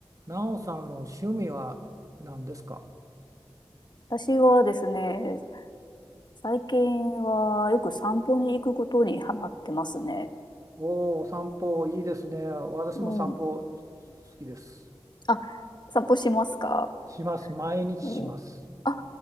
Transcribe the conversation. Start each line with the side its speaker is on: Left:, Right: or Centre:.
Right: なおさんの趣味は何ですか
Left: 私はですね、最近はよく散歩に行くことにハマってますね。
Right: おおー、散歩いいですね。私も散歩好
Left: うん。
Right: きです。
Left: あ、散歩しますか
Right: します。毎日します。
Left: うんあ、